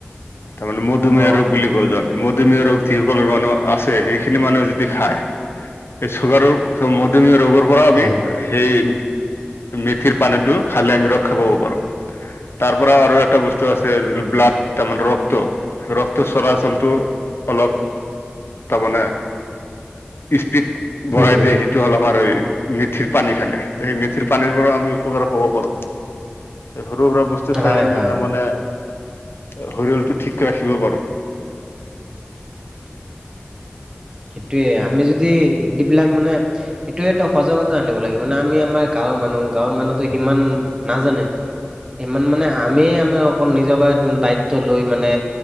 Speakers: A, on the left; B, on the right.
A: তাৰমানে মধুমেহয়
B: অ
A: ৰোগ বুলি কওঁ জান। মধুমিহিয়া ৰোগ যিসকলৰ মানুহ আছে সেইখিনি মানুহে যদি খায়। সেই চুগাৰৰ চব মধ্যমীয়া ৰোগৰ। পৰা আমি
B: অ অ
A: সেই মেথিৰ পানীটো খালে আমি ৰক্ষা পাব পাৰো। তাৰ পৰা আৰু এটা বস্তু আছে যিটো ব্লাড তাৰমানে ৰক্ত। ৰক্ত, ৰক্ত চৰাচলটো অলপ তাৰমানে। ইস্পিত বঢ়াই
B: উম
A: দিয়ে, সেইটো হ'ল, আমাৰ মেথিৰ পানী খালে। সেই মেথিৰ পানীৰ পৰা আমি উপকাৰ পব পাৰো। সৰু সুৰা বস্তু খাই
B: হয়
A: আমি
B: হয়
A: তাৰমানে শৰীৰলটো ঠিক কৈ ৰাখিব পাৰোঁ।
B: সেইটোয়ে আমি যদি এইবিলাক মানে। সেইটোৱেত সজাগতা আনিব লাগে মানে আমি আমাৰ গাঁৱৰ মানুহ গাঁৱৰ মানুহতো সিমান নাজানে। ইমান মানে আমি আমি অক নিজকে দায়িত্ব লৈ মানে।